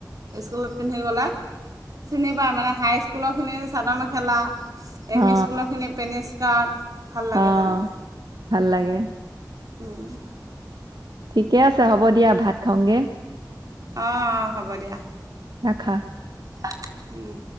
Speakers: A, on the right; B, on the right.
A: স্কুলত পিন্ধি গ'লে, চিনি পায় মানে হাইস্কুলৰ খিনি যে চাদৰ-মেখেলা এম,
B: অ
A: ই, স্কুলৰখিনি পেন-স্কাৰ্ট, ভাল লাগে
B: অ
A: তেনেকে।
B: ভাল লাগে
A: উম্।
B: ঠিকে আছে, হ'ব দিয়া। ভাত খাওঁগৈ!
A: অঁ, অ, হ'ব দিয়া।
B: খা।
A: <unintelligible> উম্